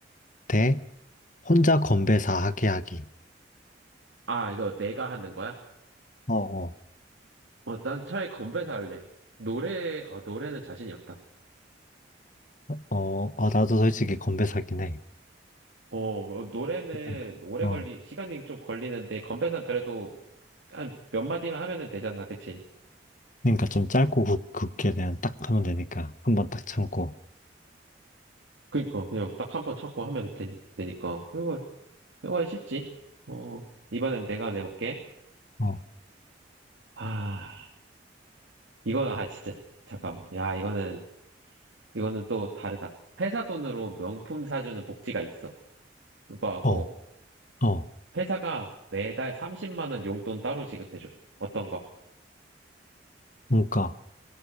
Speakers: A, on the left (about 45°); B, on the right (about 85°).
A: 대 혼자 건배사 하게 하기.
B: 아, 이거 내가 하는 거야?
A: 어, 어,
B: 어, 난 차라리 건배사 할래. 노래, 어, 노래는 자신이 없다.
A: 어, 어, 나도 솔직히 건배사긴 해.
B: 어, 노래는
A: 그냥,
B: 오래
A: 어.
B: 걸리, 시간이 좀 걸리는데, 건배사는 그래도 한 몇 마디만 하면은 되잖아, 그치?
A: 그러니까 좀 짧고 굵, 굵게 그냥 딱 하면 되니까. 한번 딱 참고.
B: 그니까, 그냥 딱 한 번 찾고 하면 되니, 되니까. 이건, 이건 쉽지. 어, 이번엔 내가 내볼게.
A: 어,
B: 아, 이거, 아, 진짜, 잠깐. 야, 이거는, 이거는 또 다르다. 회사 돈으로 명품 사주는 복지가 있어. 그거하고,
A: 어, 어.
B: 회사가 매달 30만 원 용돈 따로 지급해줘. 어떤 거?
A: 그러니까